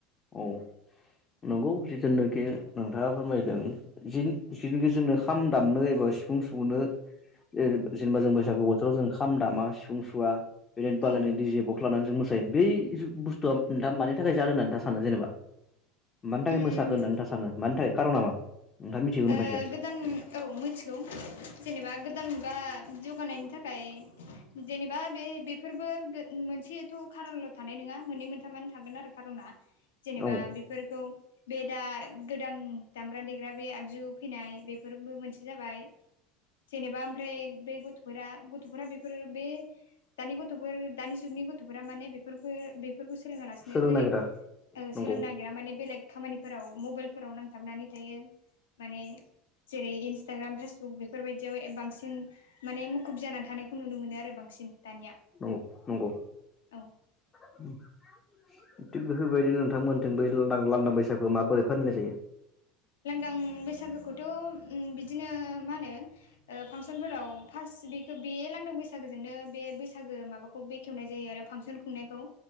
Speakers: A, on the left (about 30°); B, on the left (about 80°).
A: औ नंगौ जि जोननोखि नोंथाङा फोरमायदों जि-जिखि जोंनो खाम दामनो एबा सिफुं सुनो जे-जेनेबा जों बैसागु बोथोराव जों ओंखाम दामा सिफुं सुवा बे बालायनो
B: औ
A: डिजे बक्स लानानै जों मोसायो बै जो बुस्थुआ नोंथां मानि थाखाय जादों होना नोंथाङा <unintelligible> जेनेबा मानि थाखाय
B: उम
A: मोसाखो होननानै सानो, मानि थाखाय खार'ना मा? नोंथाङा मिथिगौ नामा
B: ओ
A: एसे
B: गोदान औ मिथिगौ जेनेबा गोदान बा जौगानायनि थाखाय जेनेबा बे बेफोरबो मोनसेथ' खार'नल' थानाय नङा मोननै मोनथामानो थागोन आरो खार'ना। जेनेबा
A: औ
B: बेफोरखौ बे दा गोदान दामग्रा देग्रा बे आगजु फैनाय बेफोरबो मोनसे जाबाय। जेनेबा आमफ्राय बे गथ'फोरा गथ'फोरा बेफो फोर बे दानि गथ'फोर दानि जुगनि गथ'फोरा माने बेफोरखौ बेफोरखौ सोलोङालासिनो
A: सोलोंनो
B: बेलेग
A: नागिरा
B: ओ
A: नंगौ
B: सोलोंनो नागिरा माने बेलेग खामानिफोराव मबाइलफोराव नांथाबनानै थायो माने जेरै इन्सटाग्राम फेसबुक बेफोरबायदियाव एबा बांसिन माने मुखुब जानानै थानाय खौ नुनो मोनो आरो बांसिन दानिया
A: नंगौ नंगौ
B: औ।
A: <unintelligible> थिग बेफोरबायदिनो नोंथांमोनथों बै लानदां लानदां बैसागु माबोरै फालिनाय जायो?
B: लांदां बैसागोखौथ' ओ बिदिनो मा होनो ओ फांसनफोराव फार्स्ट बेखौ बे लांदां बैसागोजोंनो बे बैसागो माबाखौ खेवनाय जायो आरो फांसन खुंनायखौ